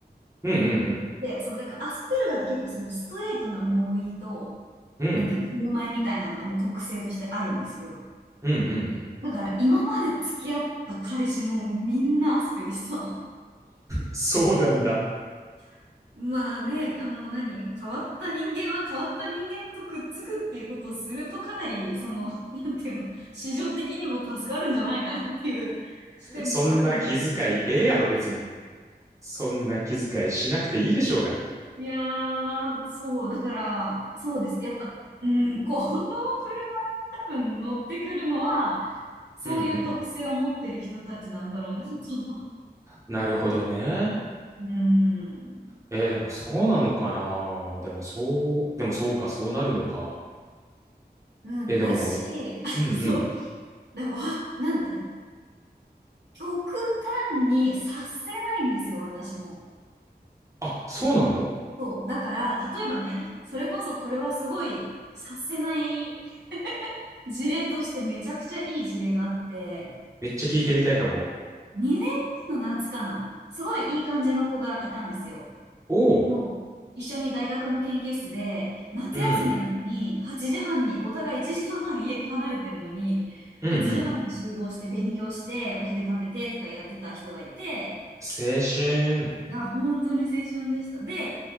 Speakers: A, on the right; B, on the right.
A: うんうんうん。
B: で、その、だからアスペルガーって結構そのストレートな物言いと、
A: うん。
B: なんていうの、振る舞いみたいなのがもう特性としてあるんですよ。
A: うんうんうん。
B: だから今まで付き合った彼氏もみんなアスペでした。
A: そうなんだ。
B: <laughs> まあね、あの何、変わった人間は変わった人間とくっつくっていうことをするとかなり、その、<laughs> なんていうの、市場的にも助かるんじゃないかなっていう視点もあるんですけど。
A: そんな気遣いええやろ別に。そんな気遣いしなくていいでしょうが。
B: いやー、そう、だから、そうです。やっぱ、うん、この振る多分乗ってくるのは、そういう特性を持ってる人たちなんだろうなとは。
A: うんうんうん。なるほどね。
B: <laughs> うん。
A: えー、でもそうなのかなでもそう、でもそうか、そうなるのか。
B: うん、
A: えー、でも、
B: だし、<laughs>
A: うんうん。
B: そう、でも、わなんていうの、極端に察せないんですよ、私も。
A: あ、そうなの
B: そう、だから、例えばね、それこそこれはすごい察せない事例としてめちゃくちゃいい事例があって、
A: めっちゃ聞いてみたいかも。
B: 2年前の夏かな、すごいいい感じの子がいたんですよ。
A: おう、
B: もう一緒に大学の研究室で、夏休みなのに8時半に、
A: うん、
B: お互い1時間半家離れてるのに、
A: うん、
B: 8時半に集合して勉強して、
A: うん。
B: お昼食べてとかやってた人がいて、
A: 青春。
B: いや、本当に青春でした。で、